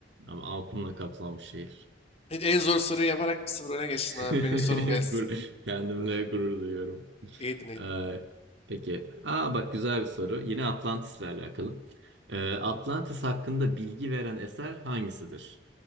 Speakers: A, on the right; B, on the left.
A: Ama aklımla kaplanmış şehir.
B: En en zor soruyu yaparak bir sıfır öne geçtin
A: <laughs>
B: abi. Benim sorum gelsin.
A: Gur- Kendimle gurur duyuyorum.
B: İyiydin iyiydin.
A: Ee, peki. Aa bak güzel bir soru. Yine Atlantis'le alakalı. Ee, Atlantis hakkında bilgi veren eser hangisidir?